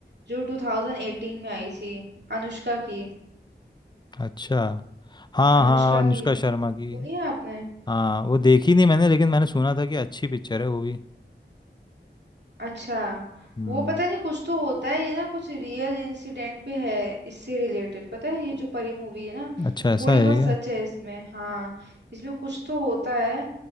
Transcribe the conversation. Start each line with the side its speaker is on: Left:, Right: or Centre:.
Right: जो 2018 में आई थी अनुष्का की
Left: अच्छा हाँ
Right: अनुष्का
Left: हाँ अनुष्का
Right: की
Left: शर्मा
Right: सुनी
Left: की
Right: है आपने
Left: हाँ वो देखी नहीं मैंने लेकिन मैंने सुना था कि अच्छी पिक्चर है वो भी
Right: अच्छा
Left: हम्म
Right: वो पता नहीं कुछ तो होता है ये ना कुछ रियल इंसिडेंट पे है इससे रिलेटेड पता है ये जो परी मूवी है ना
Left: अच्छा ऐसा
Right: थोड़ी
Left: है
Right: बहुत
Left: क्या
Right: सच है इसमें हाँ इसमें कुछ तो होता है